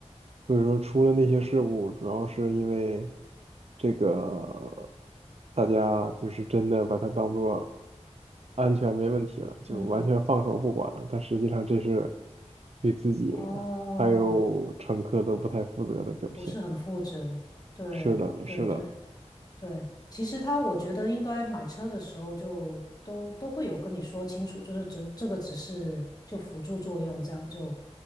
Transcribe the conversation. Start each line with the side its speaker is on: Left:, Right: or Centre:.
Right: 所以说出了那些事故，主要是因为这个大家就是真的把它当做安全没问题了，就完全放手不管，
Left: 嗯。
Right: 但实际上这是对自己
Left: 哦，
Right: 还有乘客都不太负责的表现。
Left: 不是很负责，对对对，
Right: 是的，是的。
Left: 对，其实他我觉得应该买车的时候就都都会有跟你说清楚，就是这这个只是就辅助作用这样就，